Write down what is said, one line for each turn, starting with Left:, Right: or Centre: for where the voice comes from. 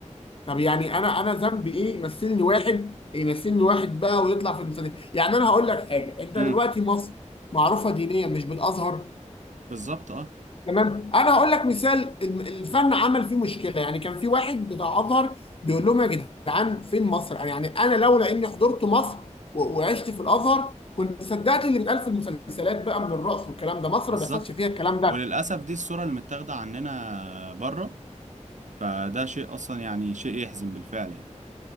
Left: طب يعني أنا أنا ذنبي إيه يمثلني واحد يمثلني واحد بقى ويطلع في المسلسل يعني أنا هقول لك حاجة أنت
Right: امم
Left: دلوقتي مصر معروفة دينيا مش بالأزهر
Right: بالظبط اه
Left: تمام انا هقول لك مثال الم- الفن عمل فيه مشكله يعني كان في واحد بتاع ازهر بيقول لهم يا جدعان فين مصر يعني يعني انا لولا اني حضرت مصر و- وعشت في الازهر كنت صدقت اللي بيتقال في المسلسلات بقى من الرقص والكلام ده مصر
Right: بالظبط
Left: ما بيحصلش فيها الكلام ده
Right: وللأسف دي الصورة اللي متاخدة عننا بره فده شيء أصلا يعني شيء يحزن بالفعل يعني